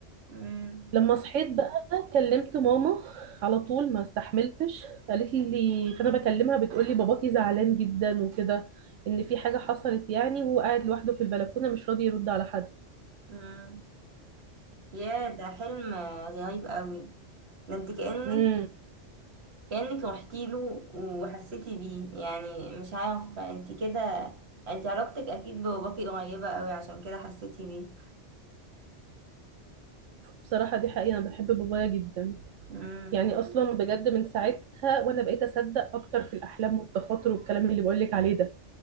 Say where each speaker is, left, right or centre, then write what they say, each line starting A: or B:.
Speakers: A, on the right (about 60°); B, on the right (about 80°).
A: مم.
B: لما صحيت بقى كلمت ماما على طول ما استحملتش قالت لي فانا بكلمها بتقول لي باباكي زعلان جدا وكده ان في حاجه حصلت يعني وهو قاعد لوحده في البلكونه مش راضي يرد على حد
A: مم. يا ده حلم رهيب قوي ده انت كأنك
B: امم
A: كأنك روحتي له وحسيتي بيه يعني مش عارفة انت كده انت علاقتك اكيد بباباكي قريبة قوي عشان كده حسيتي بيه
B: بصراحه دي حقيقه انا بحب بابايا جدا
A: امم
B: يعني اصلا بجد من ساعتها وانا بقيت اصدق اكتر في الاحلام والتخاطر والكلام اللي بقول لك عليه ده